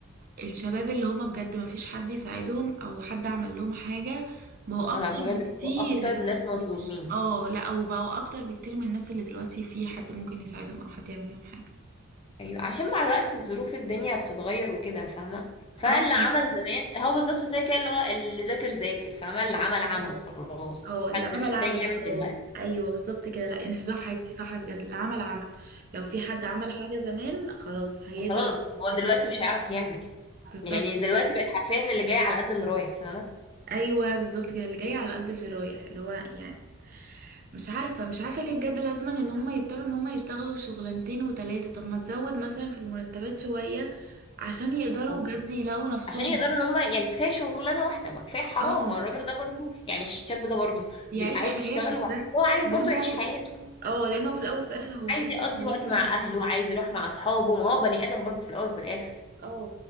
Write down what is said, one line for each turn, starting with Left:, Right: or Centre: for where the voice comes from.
Right: الشباب اللي هما بجد ما فيش حد يساعدهم او حد عمل لهم حاجه بقوا
Left: انا
Right: اكتر
Left: بجد
Right: بكتير
Left: بيبقوا اكتر ناس مظلومين
Right: مش- اه لا وبقوا اكتر بكتير من الناس اللي دلوقتي في حد ممكن يساعدهم او حد يعمل لهم حاجه
Left: ايوه عشان مع الوقت الظروف الدنيا بتتغير وكده فاهمه فاللي
Right: اه
Left: عمل زمان هو بالظبط زي كده اللي هو اللي ذاكر ذاكر فاهمه اللي عمل عمل
Right: طبعاً.
Left: خلاص
Right: هو اللي
Left: حد
Right: عمل
Left: مش حد
Right: عمل
Left: هيجي يعمل
Right: خلاص
Left: دلوقتي
Right: ايوه بالظبط كده لا <laughs> صح انتي صح بجد اللي عمل عمل لو في حد عمل حاجه زمان خلاص هيقدر
Left: فخلاص هو دلوقتي مش هيعرف يعمل
Right: بالظبط
Left: يعني دلوقتي بقت حرفيا اللي جاي على قد اللي رايح فاهمه
Right: ايوه بالظبط كده اللي جاي على قد اللي رايح اللي هو يعني مش عارفه مش عارفه ليه بجد لازم ان هم يضطروا ان هم يشتغلوا شغلانتين وتلاته طب ما تزود مثلا في المرتبات شويه عشان يقدروا
Left: اه
Right: بجد يلاقوا نفسهم
Left: عشان يقدروا ان هم يعني كفايه شغلانه واحده ما كفايه حرام
Right: اه
Left: ما الراجل ده برضو يعني الشاب ده برضو
Right: يعيش
Left: بي- عايز
Right: حياته
Left: يشتغل
Right: بجد
Left: وهو عايز
Right: لان
Left: برضو يعيش
Right: هو في
Left: حياته
Right: اه لانه في الاول في الاخر هو
Left: عايز
Right: شاب
Left: يقضي
Right: هو
Left: وقت
Right: لسه
Left: مع
Right: شاب
Left: اهله عايز يروح مع اصحابه ما هو بني ادم برضو في الاول وفي الاخر
Right: اه